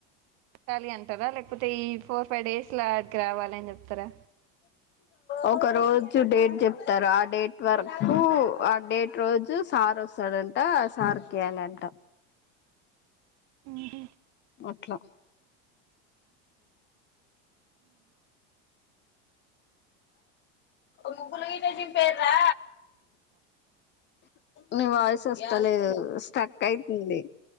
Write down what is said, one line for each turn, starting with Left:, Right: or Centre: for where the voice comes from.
Right: కట్టాలి అని అంటరా లేకపోతే ఈ ఫోర్ ఫైవ్ డేస్ లా అడికి రావాలని చెప్తరా.
Left: ఒక రోజు డేట్ చెప్తరు. ఆ డేట్ వరకు ఆ డేట్ రోజు సార్ వస్తాడంట, సార్ కియాలి అంట.
Right: హుహ్
Left: అట్లా <inaudible> ముగ్గులు గిట్ల జింపేర్రా నీ వాయిస్ వస్తలేదు స్టక్ అయితుంది